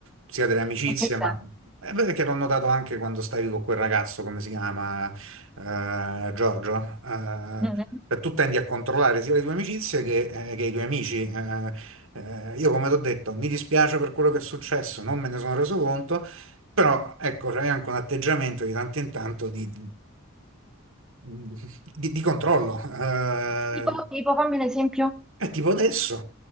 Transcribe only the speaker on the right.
sia delle amicizie,
ma è vero che l'ho notato anche quando stavi con quel ragazzo, come si chiama, eh, Giorgio, eh,
cioè tu tendi a controllare sia le tue amicizie che, eh, che i tuoi amici. eh, eh, io come ti ho detto, mi dispiace per quello che è successo, non me ne sono reso conto. Però ecco, c'è anche un atteggiamento di tanto in tanto di, mh, di, di controllo. eh,
è tipo adesso,